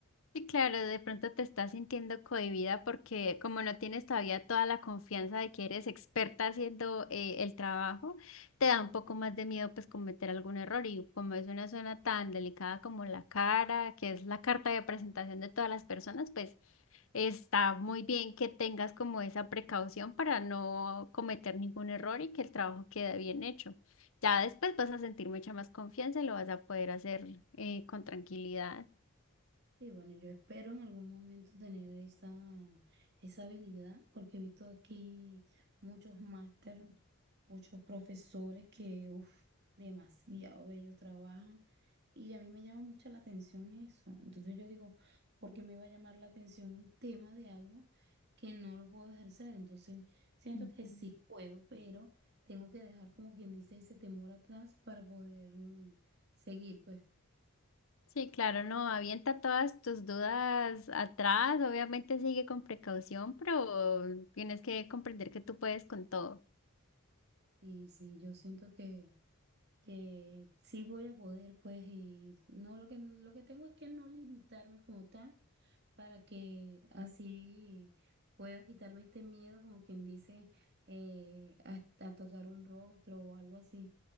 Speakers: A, on the left (about 65°); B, on the right (about 50°).
A: Sí, claro, de pronto te estás sintiendo cohibida porque como no tienes todavía toda la confianza de que eres experta haciendo eh, el trabajo, te da un poco más de miedo pues cometer algún error y como es una zona tan delicada como la cara, que es la carta de presentación de todas las personas, pues está muy bien que tengas como esa precaución para no cometer ningún error y que el trabajo quede bien hecho. Ya después vas a sentir mucha más confianza y lo vas a poder hacer eh, con tranquilidad.
B: Y bueno, yo espero en algún momento tener esa, esa habilidad, porque he visto aquí muchos máster, muchos profesores que, uff, demasiado bellos trabajan. Y a mí me llama mucho la atención eso. Entonces yo digo, ¿por qué me va a llamar la atención un tema de algo que no lo puedo ejercer? Entonces siento
A: Ujú.
B: que sí puedo, pero tengo que dejar como quien dice ese temor atrás para poder mm, seguir. Pues,
A: Sí, claro, no, avienta todas tus dudas atrás, obviamente sigue con precaución, pero tienes que comprender que tú puedes con todo.
B: y sí, yo siento que que sí voy a poder, pues, y no lo que lo que tengo es que no limitarme como tal, para que así pueda quitarme este miedo, como quien dice, eh, a, a tocar un rostro o algo así.